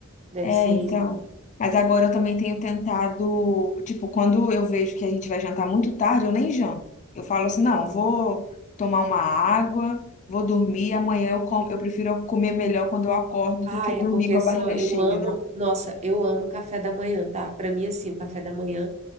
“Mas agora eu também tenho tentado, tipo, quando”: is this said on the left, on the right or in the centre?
Left